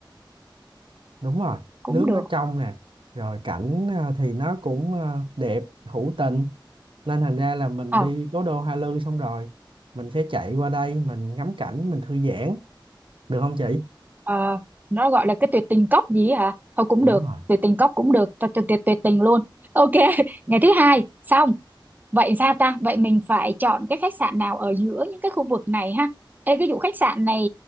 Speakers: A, on the right (about 85°); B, on the right (about 20°).
A: đúng rồi
B: cũng
A: nước
B: được
A: nó trong nè rồi cảnh à, thì nó cũng à, đẹp hữu tình nên thành ra là mình
B: ờ
A: đi cố đô Hoa Lư xong rồi mình sẽ chạy qua đây mình ngắm cảnh mình thư giãn được không chị
B: ờ, nó gọi là cái tuyệt tình cốc gì ấy hả thôi cũng
A: đúng
B: được
A: rồi
B: tuyệt tình cốc cũng được cho cho tuyệt tuyệt tình luôn ok <laughs> ngày thứ hai xong Vậy sao ta? Vậy mình phải chọn cái khách sạn nào ở giữa những cái khu vực này ha? Ê, cái vụ khách sạn này